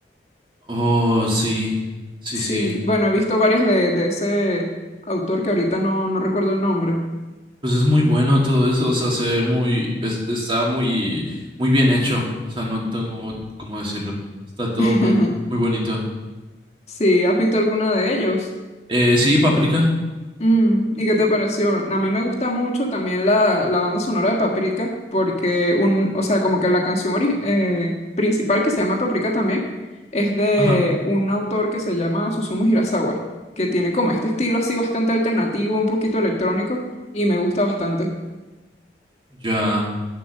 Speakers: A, on the right (about 30°); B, on the left (about 35°).
A: Oh, sí, sí,
B: Sí,
A: sí.
B: bueno, he visto varias de, de ese autor que ahorita no, no recuerdo el nombre.
A: Pues es muy bueno todo eso, o sea, se ve muy, es- está muy, muy bien hecho, o sea, no tengo cómo decirlo. Está todo
B: <laughs>
A: muy, muy bonito.
B: Sí, ¿has visto alguna de ellos?
A: Eh, sí, Paprika.
B: Mm, ¿y qué te pareció? A mí me gusta mucho también la, la banda sonora de Paprika, porque un, o sea, como que la canción ori- eh, principal que se llama Paprika también es de
A: Ajá.
B: un autor que se llama Susumu Hirasawa, que tiene como este estilo así bastante alternativo, un poquito electrónico, y me gusta bastante.
A: Ya.